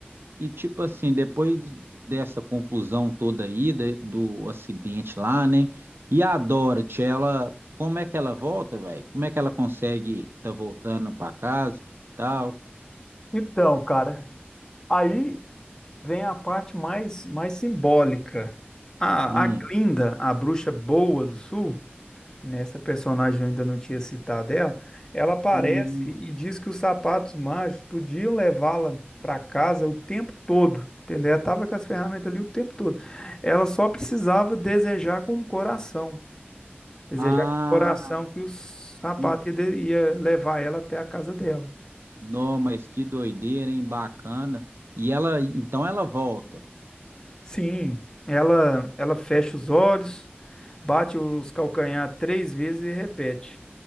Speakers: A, on the right; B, on the left.
A: E tipo assim, depois dessa confusão toda aí, de- do acidente lá, né? E a Dorothy, ela, como é que ela volta, velho? Como é que ela consegue tá voltando pra casa, tal?
B: Então, cara. Aí vem a parte mais mais simbólica. A
A: Hum.
B: a Glinda, a bruxa boa do sul, nessa personagem eu ainda não tinha citado ela, ela aparece
A: Hum.
B: e diz que os sapatos mágicos podiam levá-la para casa o tempo todo, entendeu? Ela estava com as ferramentas ali o tempo todo. Ela só precisava desejar com o coração, desejar
A: Ah,
B: com o coração que os sapatos
A: que...
B: ia, de- ia levar ela até a casa dela.
A: não, mas que doideira, hein? Bacana. E ela, então ela volta.
B: Sim, ela ela fecha os olhos, bate os calcanhar três vezes e repete,